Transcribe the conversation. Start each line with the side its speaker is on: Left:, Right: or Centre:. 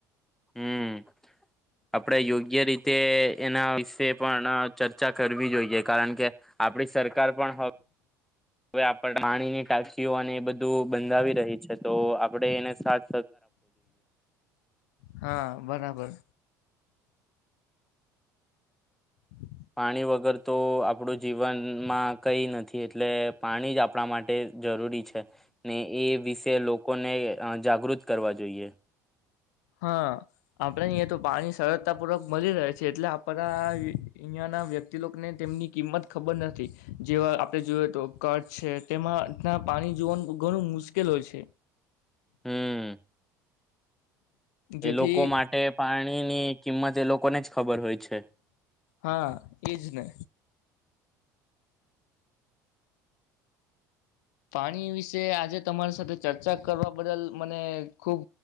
Centre: હમ્મ. આપડે યોગ્ય રીત તે એના વિશે પણ અ ચર્ચા કરવી જોઈએ કારણ કે, આપણી સરકાર પણ હ હવે આપ પાણીની ટાકીઓ અને એ બધું બંધાવી રહી છે. તો આપણેે એને સાત
Left: હા બરાબર. <inaudible>
Centre: પાણી વગર તો આપણું જીવનમાં કઈ નથી એટલે પાણી જ આપણા માટે જરૂરી છે, ને એ વિ કે લોકો ને જાગૃત કરવા જોઈએ.
Left: હા, આપણેહી તો પાણી સરળતાપૂર્વક મળી રહે છે એટલે આપણા અહીયાના વ્યક્તિ લોકોને તેમની કિંમત ખબર નથી, જેવા આપણે જોયએ તો ક્છ છે તેમાં પાણી જોવાનું ઘણું મુશ્કેલ હોય છે.
Centre: હમ્મ.
Left: જેથી
Centre: એ લોકો માટે પાણીની કિંમત એ લોકોને જ ખબર હોય છે.
Left: હા એજ ને પાણી વિશે આજે તમારી સાથે ચર્ચા કરવા બદલ મને ખુબ